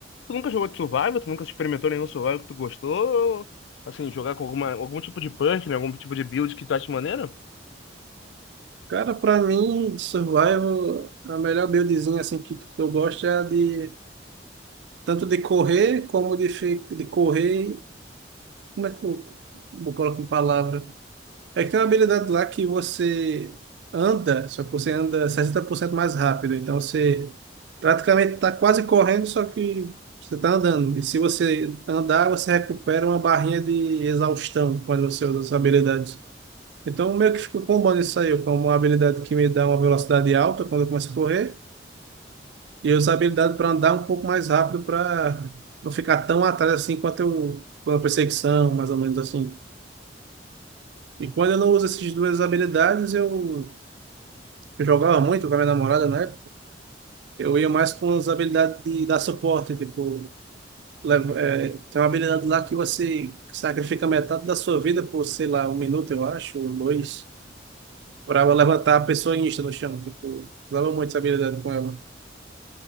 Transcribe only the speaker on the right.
Cara, pra mim, de Survival, a melhor buildzinha assim que eu gosto é a de tanto de correr como de, fi- de correr. Como é que eu, eu coloco em palavra? É que tem uma habilidade lá que você anda, só que você anda 60% mais rápido. Então você praticamente está quase correndo, só que você está andando. E se você andar, você recupera uma barrinha de exaustão quando você usa essa habilidade. Então meio que ficou combando isso aí, como uma habilidade que me dá uma velocidade alta quando eu começo a correr, e eu uso a habilidade para andar um pouco mais rápido para não ficar tão atrás assim quanto eu, quando a perseguição, mais ou menos assim. E quando eu não uso essas duas habilidades, eu Eu jogava muito com a minha namorada né Eu ia mais com as habilidades de dar suporte, tipo, leva- é, tem uma habilidade lá que você sacrifica metade da sua vida por, sei lá, um minuto, eu acho, ou dois, para levantar a pessoa insta no chão. Tipo, usava muito essa habilidade com ela.